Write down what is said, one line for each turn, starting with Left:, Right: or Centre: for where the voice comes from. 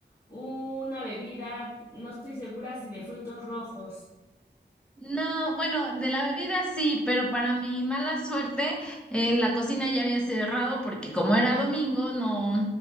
Left: una bebida, no estoy segura si de frutos rojos.
Centre: No, bueno, de la bebida sí, pero para mi mala suerte, eh, la cocina ya había cerrado porque como era domingo, no,